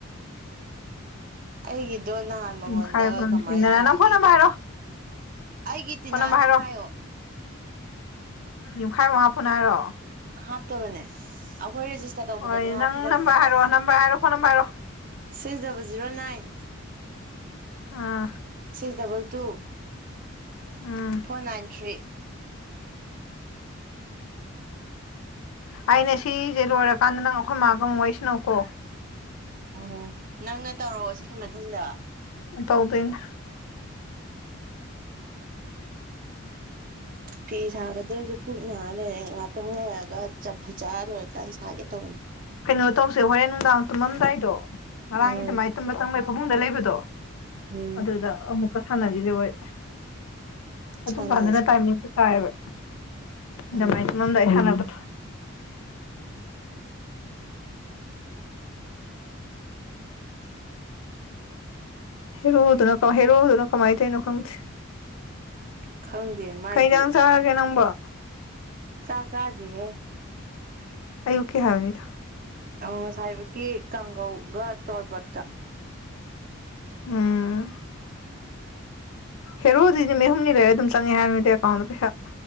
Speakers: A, on the right; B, on the left.
A: ꯑꯩꯒꯤꯗꯣ ꯅꯍꯥꯟ ꯃꯉꯣꯟꯗ
B: ꯌꯨꯝꯈꯥꯏꯕꯝ
A: ꯀꯃꯥꯏ
B: ꯇꯤꯅꯥ
A: ꯊꯥꯒꯤꯒꯦ?
B: ꯅꯪ ꯐꯣꯟ ꯅꯝꯕꯔ ꯍꯥꯏꯔꯣ
A: ꯑꯩꯒꯤ ꯇꯤꯅꯥꯗꯪ
B: ꯐꯣꯟ ꯅꯝꯕꯔ ꯍꯥꯏꯔꯣ
A: ꯍꯥꯏꯌꯣ꯫
B: ꯌꯨꯝꯈꯥꯏꯕꯝ ꯍꯥꯞꯄꯨꯅꯨ ꯍꯥꯏꯔꯣ?
A: ꯍꯥꯞꯇꯕꯅꯦ ꯑꯈꯣꯏ ꯔꯦꯖꯤꯁꯇꯔ ꯇꯧꯕꯗꯗꯤ
B: ꯍꯣꯏ
A: ꯍꯥꯞꯈꯤꯗꯕꯅꯦꯕ꯫
B: ꯅꯪ ꯅꯝꯕꯔ ꯍꯥꯏꯔꯣ ꯅꯝꯕꯔ ꯍꯥꯏꯔꯣ ꯐꯣꯟ ꯅꯝꯕꯔ ꯍꯥꯏꯔꯣ
A: ꯁꯤꯛꯁ ꯗꯕꯜ ꯖꯤꯔꯣ ꯅꯥꯏꯟ
B: ꯑꯥ
A: six double two
B: um
A: four nine three
B: ꯑꯩꯅ ꯁꯤꯖꯦ ꯂꯣꯏꯔꯀꯥꯟꯗ ꯅꯪ ꯑꯈꯣꯏ ꯃꯥꯒ ꯃꯨꯛ ꯋꯥꯔꯤ ꯁꯥꯅꯧꯀꯣ꯫
A: ꯎꯝ ꯅꯪꯅ ꯇꯧꯔꯛꯑꯣ ꯁꯤꯒꯤ ꯃꯊꯪꯗ꯫
B: ꯇꯧꯗꯣꯏꯅꯤ
A: ꯐꯤ ꯁꯥꯒꯗꯕꯁꯨ ꯄꯨꯛ ꯅꯥꯔꯦ ꯂꯩꯔꯦ ꯉꯍꯥꯛꯇꯪ ꯂꯩꯔꯒ ꯆꯝꯐꯨꯠ ꯆꯥ ꯂꯣꯏꯔꯀꯥꯟꯗ ꯁꯥꯒꯦ ꯇꯧꯕꯅꯤ꯫
B: ꯀꯩꯅꯣ ꯇꯧꯁꯦ ꯍꯣꯔꯦꯟ ꯅꯨꯡꯗꯥꯡ ꯇꯨꯝꯃꯝꯗꯥꯏꯗꯣ ꯉꯔꯥꯡꯒꯤ
A: ꯎꯝ
B: ꯑꯗꯨꯃꯥꯏꯅ ꯇꯨꯝꯕ ꯆꯪꯕꯩ ꯐꯃꯨꯡꯗ ꯂꯩꯕꯗꯣ
A: ꯎꯝ
B: ꯑꯗꯨꯗ ꯑꯃꯨꯛꯀ ꯁꯥꯟꯅꯈꯤꯁꯦ ꯍꯣꯏ ꯑꯗꯨꯝ
A: ꯁꯥꯟꯅꯁꯦ
B: ꯀꯥꯟꯗꯅ ꯇꯥꯏꯃꯤꯡ ꯇꯥꯏꯑꯕ
A: ꯎꯝ
B: ꯑꯗꯨꯃꯥꯏꯅ ꯇꯨꯝꯃꯝꯗꯥꯏ ꯁꯥꯟꯅꯕ ꯍꯦꯔꯣꯗꯨꯅ ꯀꯃꯥꯏ ꯍꯦꯔꯣꯗꯨꯅ ꯀꯃꯥꯏꯅ ꯇꯧꯔꯤꯅꯣ ꯈꯪꯗꯦ꯫
A: ꯈꯪꯗꯦ ꯃꯥꯏꯁꯨ
B: ꯀꯩꯖꯥꯡ ꯆꯥꯔꯒꯦ ꯅꯪꯕꯣ?
A: ꯆꯥꯛ ꯆꯥꯗ꯭ꯔꯤ ꯍꯦ
B: ꯑꯌꯨꯛꯀꯤ ꯍꯥꯏꯕꯅꯤꯗ
A: ꯑ ꯉꯁꯥꯏꯕꯨꯒꯤ ꯀꯥꯡꯒꯧꯒ ꯇꯣꯔꯕꯤꯠꯀ꯫
B: ꯎꯝ ꯍꯦꯔꯣꯗꯤ ꯅꯨꯃꯤꯠ ꯍꯨꯝꯅꯤ ꯂꯩꯔ ꯑꯗꯨꯝ ꯆꯪꯉꯦ ꯍꯥꯏꯅꯤꯗ ꯑꯦꯀꯥꯎꯟꯗ ꯄꯩꯁꯥ꯫